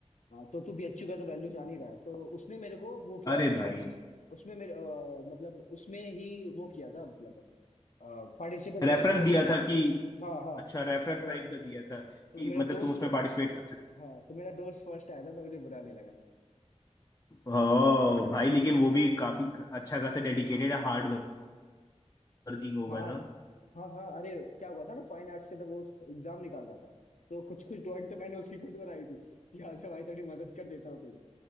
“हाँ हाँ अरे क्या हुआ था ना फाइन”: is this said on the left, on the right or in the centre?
Left